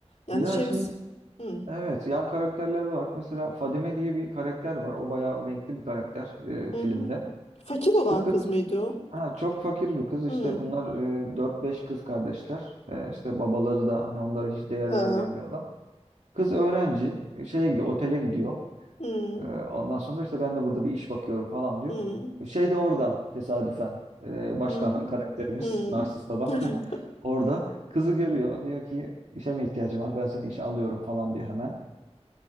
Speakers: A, on the left; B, on the right.
A: Yani
B: Ya
A: şeyimiz...
B: şimdi
A: Hı,
B: evet yan karakterler var. Mesela Fadime diye bir karakter var. O bayağı renkli bir karakter e,
A: hı,
B: filmde.
A: hı. Fakir olan
B: Bu kız
A: kız mıydı o?
B: ha, çok fakir bir kız.
A: Hı.
B: İşte bunlar e, 4-5 kız kardeşler. E, işte babaları da hani onlara hiç değer
A: Ha.
B: vermeyen bir adam. Kız öğrenci e, şeye gidiyor, otele gidiyor.
A: Hmm.
B: E, ondan sonra işte ben de burada bir iş bakıyorum falan diyor.
A: Hmm.
B: Şey de orada tesadüfen e, başka
A: Hmm.
B: karakterimiz,
A: Hmm.
B: narsist adam
A: <laughs>
B: <laughs> orada kızı görüyor. Diyor ki işe mi ihtiyacın var? Ben seni işe alıyorum falan diyor hemen.